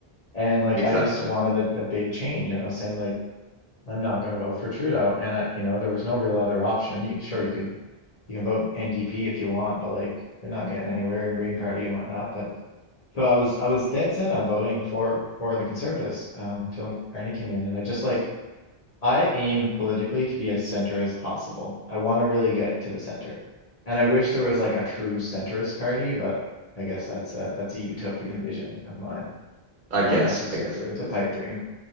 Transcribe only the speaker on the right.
Exactly.
I
guess,
I guess
it
is.